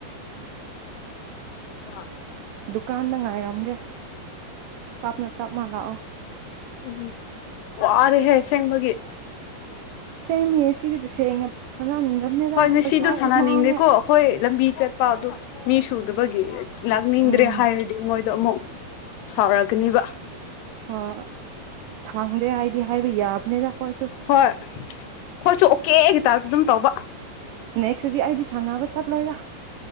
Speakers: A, on the left; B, on the right.
A: ꯑ <unintelligible>
B: ꯗꯨꯀꯥꯟꯗ ꯉꯥꯏꯔꯝꯒꯦ ꯇꯥꯞꯅ ꯇꯞ ꯃꯥꯜꯂꯥꯛꯑꯣ
A: ꯎꯝ ꯋꯥꯔꯦ ꯍꯦ ꯁꯦꯉꯃꯒꯤ
B: ꯁꯦꯃꯤ ꯁꯤꯔꯤꯗꯤ ꯁꯉ ꯍꯅꯅꯤꯒꯃꯦꯗ
A: ꯍꯣꯏ ꯉꯁꯤꯗꯣ
B: ꯄꯩꯁꯥꯁꯨꯃꯥꯡꯉꯦ
A: ꯁꯥꯟꯅꯅꯤꯡꯗꯦꯀꯣ ꯑꯩꯈꯣꯏ ꯂꯝꯕꯤ ꯆꯠꯄꯗꯣ ꯃꯤ ꯁꯨꯗꯕꯒꯤ ꯂꯥꯛꯅꯤꯡꯗ꯭ꯔꯦ
B: ꯎꯝ
A: ꯍꯥꯏꯔꯗꯤ ꯃꯣꯏꯗꯣ ꯑꯃꯨꯛ ꯁꯥꯎꯔꯛꯒꯅꯦꯕ
B: ꯍꯣꯏ ꯁꯪꯗꯦ ꯍꯥꯏꯗꯤ ꯍꯥꯏꯕ ꯌꯥꯕꯅꯤꯗ ꯑꯩꯈꯣꯏꯁꯨ
A: ꯍꯣꯏ ꯍꯣꯏꯁꯨ ꯑꯣꯀꯦꯒꯤꯇꯥꯁꯨ ꯑꯗꯨꯝ ꯇꯧꯕ
B: ꯅꯦꯛꯁꯇꯗꯤ ꯑꯩꯗꯤ ꯁꯥꯟꯅꯕ ꯆꯠꯂꯣꯏꯔ